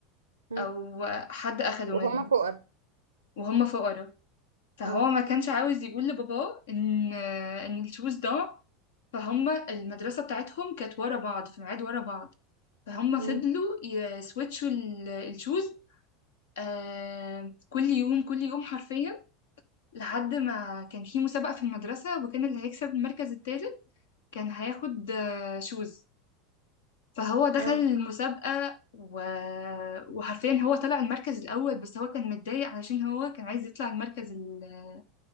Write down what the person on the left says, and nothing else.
أو آه، حد أخده
منه
وهم فقراء فهو
ما كانش عاوز يقول لباباه إن آه، إن الشوز ضاع فهم المدرسة بتاعتهم كانت ورا بعض في ميعاد ورا بعض فهم
فضلوا يسويتشوا ال- الشوز آه كل يوم كل يوم حرفيا لحد ما كان في مسابقة في المدرسة وكان اللي هيكسب المركز التالت كان هياخد آه شوز فهو دخل
المسابقة و... وحرفيا هو طلع المركز الأول بس هو كان متضايق علشان هو كان عايز يطلع المركز ال-